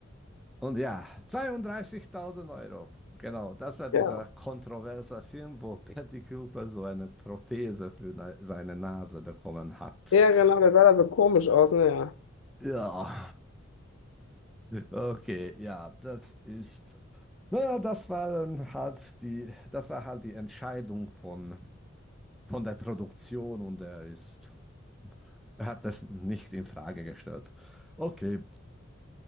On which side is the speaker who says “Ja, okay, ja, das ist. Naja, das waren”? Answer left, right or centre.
Centre